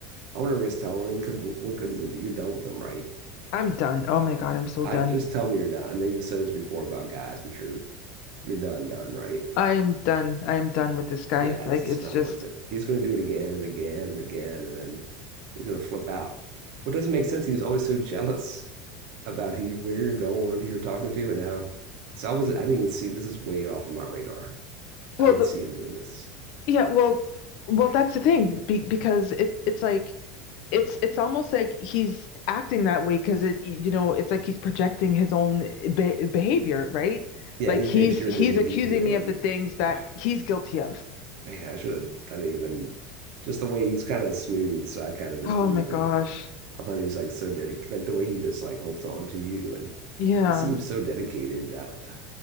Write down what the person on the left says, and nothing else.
I'm done. Oh my God, I'm so
done.
I'm done. I'm done with this guy.
Like
it's
just
well,
the,
yeah, well, well, that's the thing be, because it it's like it's it's almost like he's acting that way because it you know it's like he's projecting his own be- behavior right
like
he's
he's
accusing
me of the things that
he's guilty of
oh
my
gosh
yeah